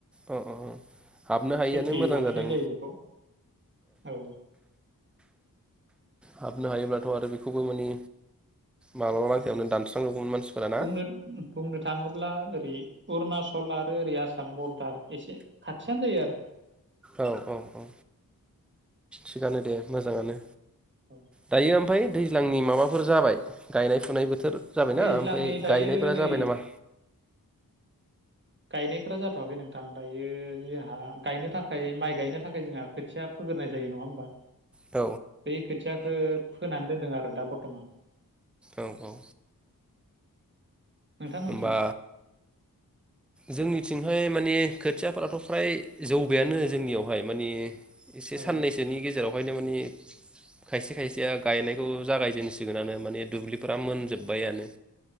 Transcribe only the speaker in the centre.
अ अ हाबनो हायिआनो
मोजां
जादों
हाबनो हायोब्लाथ' आरो बेखौबो मानि माब्लाबा लांखायावनो
दानस्रांजोबगौमोन मानसिफोरा ना
औ औ औ थिगानो दे मोजाङानो
दायो ओमफाय दैज्लांनि माबाफोर जाबाय गायनाय फुनाय बोथोर जाबायना
ओमफ्राय
गायनायफोरा
जाबाय नामा
औ
ओ औ
होमबा जोंनिथिंहाय माने खोथियाफोराथ' फ्राय जौबायानो जोंनियावहाय माने एसे
साननैसोनि गेजेराव बेहायनो माने खायसे खायसेया गायनायखौ जागायजेनसिगोन आरो माने दुब्लिफोरा मोनजोब्बायानो